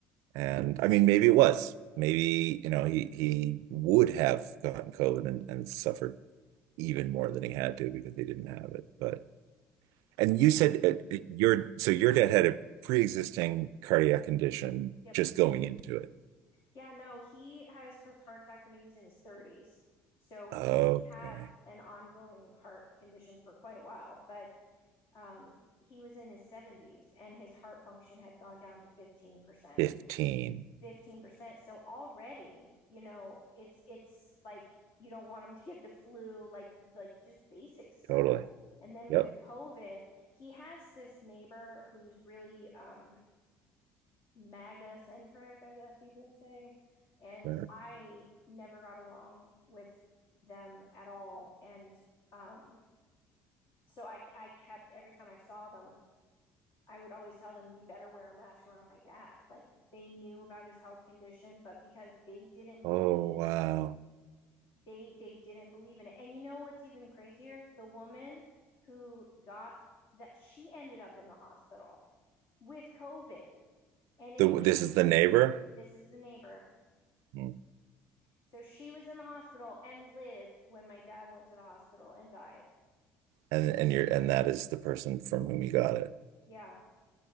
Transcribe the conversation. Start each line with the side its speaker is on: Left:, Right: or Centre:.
Right: And
Left: Yeah.
Right: I mean, maybe it was. Maybe, you know, he he would have gotten COVID and, and suffered even more than he had to because he didn't have it. But and
Left: Yes.
Right: you said uh, uh, your so your dad had a pre-existing cardiac condition
Left: Yep.
Right: just going into it.
Left: Yeah, no, he had his first heart attack when he was in his 30s. So he's
Right: Okay.
Left: had an ongoing heart condition for quite a while, but um, he was in his 70s and his heart function had gone down to 15%.
Right: 15.
Left: 15%. So already, you know, it's it's like you don't want him to get the flu, like like just basic stuff.
Right: Totally.
Left: And then
Right: Yep.
Left: with COVID, he has this neighbor who's really um, MAGA centric, I guess you could say. And
Right: Sure.
Left: I never got along with them at all. And um, so I, I kept, every time I saw them, I would always tell them, you better wear a mask around my dad. Like they knew about his health condition, but because they didn't
Right: Oh,
Left: believe in
Right: wow.
Left: it, they they didn't believe in it. And you know what's even crazier? The woman who got that she ended up in the hospital with COVID. And it
Right: The,
Left: and
Right: this
Left: it,
Right: is the neighbor?
Left: this is the neighbor.
Right: Hmm.
Left: So she was in the hospital and lived when my dad went to the hospital and died.
Right: And and you're and that is the person from whom you got it.
Left: Yeah.